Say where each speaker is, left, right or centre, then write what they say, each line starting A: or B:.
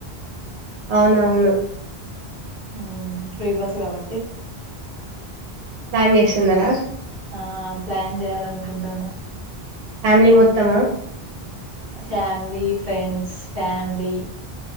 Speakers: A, on the right; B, on the right.
A: అవునవును
B: ఆ ఫ్రీ బస్ కాబట్టి
A: ప్లాన్ చేస్తున్నారా?
B: ఆ ప్లాన్ చేయాలనుకుంటాను.
A: ఫ్యామిలీ మొత్తమా
B: ఫ్యామిలీ ఫ్రెండ్స్ ఫ్యామిలీ